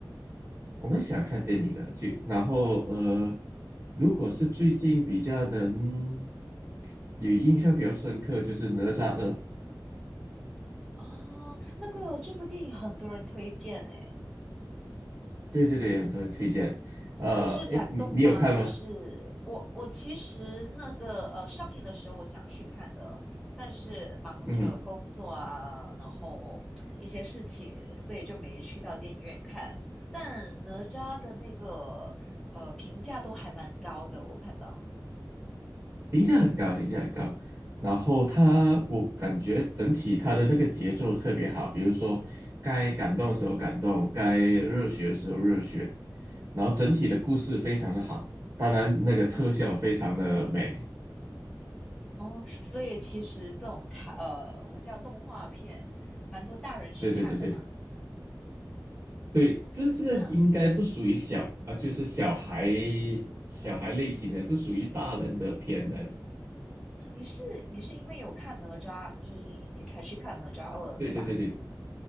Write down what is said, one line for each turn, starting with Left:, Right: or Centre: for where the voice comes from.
Right: 我们欢看电影的，就然后呃，如果是最近比较能有印象比较深刻，就是《哪吒二》。
Centre: 哦，那个这部电影很多人推荐诶，
Right: 对对对，很多人推荐。呃，
Centre: 是感动吗？
Right: 哎，你你有看吗？
Centre: 还是我我其实那个呃上映的时候我想去看的，但是忙着工作啊，
Right: 嗯
Centre: 然后一些事情，所以就没去到电影院看。但哪吒的那个呃评价都还蛮高的，我看到。
Right: 评价很高，评价很高。然后他，我感觉整体他的那个节奏特别好，比如说该感动的时候感动，该热血的时候热血，然后整体的故事非常的好，当然那个特效非常的美。
Centre: 哦哦，所以其实这种卡呃我们叫动画片，蛮多大人去看的嘛。
Right: 对对对对对，这这个应该不属于小啊，
Centre: 嗯嗯，
Right: 就是小孩小孩类型的，不属于大人的片来的。
Centre: 你是你是因为有看哪吒一，你才去看哪吒二，
Right: 对对对对，
Centre: 对吧？